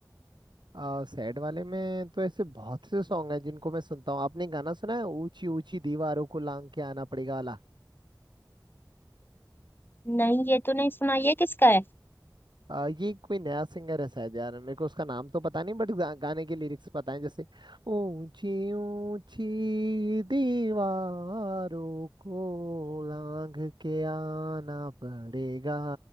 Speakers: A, on the right; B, on the left.
A: आ, सैड वाले में तो ऐसे बहुत से सॉन्ग हैं जिनको मैं सुनता हूँ आपने गाना सुना है ऊंची ऊंची दीवारों को लांग के आना पड़ेगा वाला
B: नहीं ये तो नहीं सुना ये किसका है
A: आ, ये कोई नया सिंगर है शायद यार मेरे को उसका नाम तो पता नहीं बट गा, गाने के लिरिक्स पता है जैसे ऊंची ऊंची दीवारों को लांग के आना पड़ेगा